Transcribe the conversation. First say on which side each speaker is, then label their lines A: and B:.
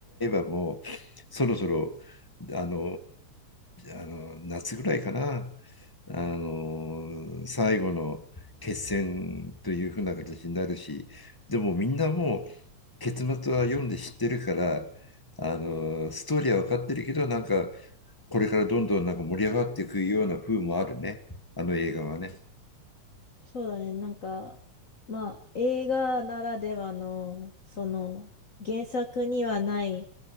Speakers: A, on the left; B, on the left.
A: 刃も、そろそろ、あの、あの夏ぐらいかな、あの、最後の決戦というふうな形になるし、でもみんなもう、結末は読んで知ってるから、あの、ストーリーは分かってるけど、なんか、これからどんどんなんか盛り上がっていくような風もあるね、あの映画はね。
B: そうだね。なんか、まあ、映画ならではの、その、原作にはない、